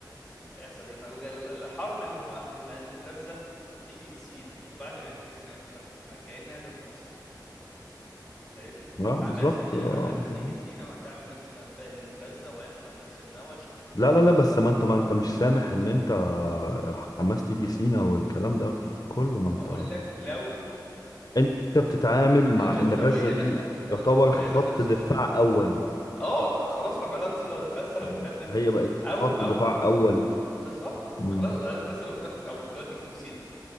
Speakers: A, in the centre; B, on the left.
A: هيحصل ايه ما الغ- الحرب اللي ما اللي في غزه هتيجي سينا وبعد ما هتيجي سينا يحصل ايه ما كانها جت مصر فاهمني
B: اه
A: حماس
B: بالظبط
A: هت... حماس
B: آه، بالظبط.
A: هتيجي سينا وهتعمل نفس الانفاق اللي في غزه وهيحصل نفس النوش
B: لا
A: وحماس
B: لا لا بس ما انت ما انت مش سامح ان انت حماس تيجي سينا والكلام ده كله ما انت
A: اقول لك لو
B: انت بتتعامل مع
A: الغزاويه
B: ان غزة دي
A: دخلوا لو
B: يعتبر
A: الغزاويه
B: خط
A: دخلوا سينا
B: دفاع اول
A: اه ما خلاص ما خلاص لو غزه لو
B: يعني
A: اتاخدت
B: هي بقت
A: او
B: خط
A: او
B: دفاع أول
A: بالظبط
B: مم.
A: خلاص غزه لو اتاخدت او دلوقتي جم سينا